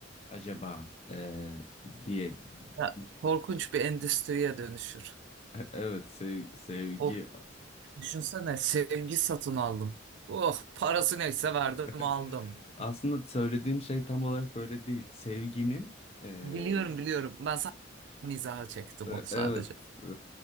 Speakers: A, on the left; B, on the right.
A: acaba e, diye.
B: Ya,
A: <laughs>
B: korkunç bir endüstriye dönüşür.
A: Evet, sev- sevgi.
B: Of düşünsene sevgi satın aldım. Oh parası neyse verdim
A: <laughs>
B: aldım.
A: Aslında söylediğim şey tam olarak öyle değil. Sevginin e,
B: Biliyorum biliyorum. Ben sadece mizaha çektim
A: e,
B: onu sadece.
A: evet e,